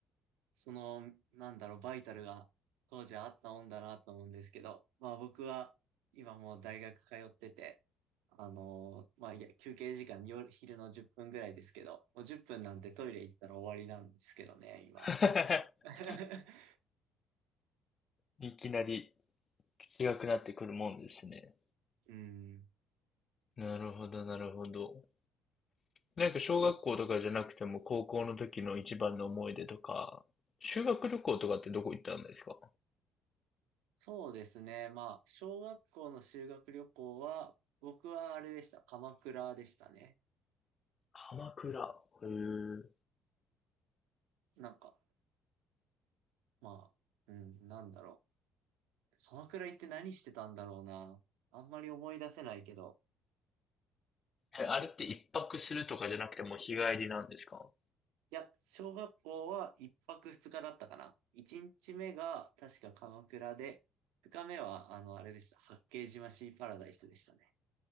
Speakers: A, on the right (about 70°); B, on the left (about 40°).
A: その、なんだろう、バイタルが当時あったもんだなと思うんですけど、まあ僕は今もう大学通ってて、あのーまあいや休憩時間夜、昼の10分ぐらいですけど、もう10分なんてトイレ行ったら終わりなんですけどね、今。
B: <laughs>
A: <laughs>
B: いきなり違くなってくるもんですね。
A: うん。
B: なるほど、なるほど。なんか小学校とかじゃなくても高校の時の一番の思い出とか、
A: あ
B: 修学旅行とかってどこ行ったんですか
A: そうですね。まあ、小学校の修学旅行は、僕はあれでした。鎌倉でしたね。
B: 鎌倉。へ
A: なんか、まあ、うん、なんだろう。鎌倉行って何してたんだろうな。あんまり思い出せないけど、
B: え。え、あれって一泊するとかじゃなくてもう日帰りなんですか
A: いや、小学校は一泊二日だったかな。一日目が確か鎌倉で、二日目はあの、あれでした。八景島シーパラダイスでしたね。